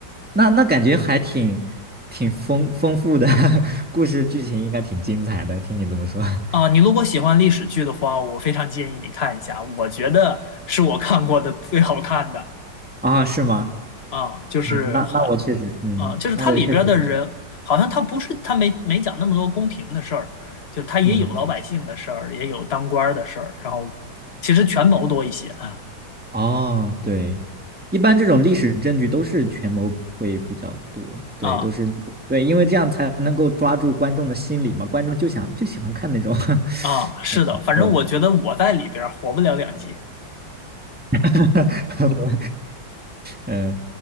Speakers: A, in the centre; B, on the left.
A: 那那感觉还挺挺丰丰富的，<laughs> 故事剧情应该挺精彩的，听你这么说，<laughs>
B: 啊，你如果喜欢历史剧的话，我非常建议你看一下，我觉得是我看过的最好看的
A: 啊，是吗？
B: 啊，就是很
A: 嗯，那那我确实，嗯，
B: 啊，就是它里边儿的人，
A: 那我确实，
B: 好像他不是他没没讲那么多宫廷的事儿，就是他也有老百姓的事儿，
A: 嗯。
B: 也有当官儿的事儿，然后其实权谋多一些啊
A: 哦，对，一般这种历史证据都是权谋会比较多，对，
B: 啊
A: 都是对，因为这样才能够抓住观众的心理嘛，观众就想就喜欢看那种，<laughs>
B: 啊，是的，反正我觉得我在里边儿活不了两集
A: 对的，<laughs> 嗯，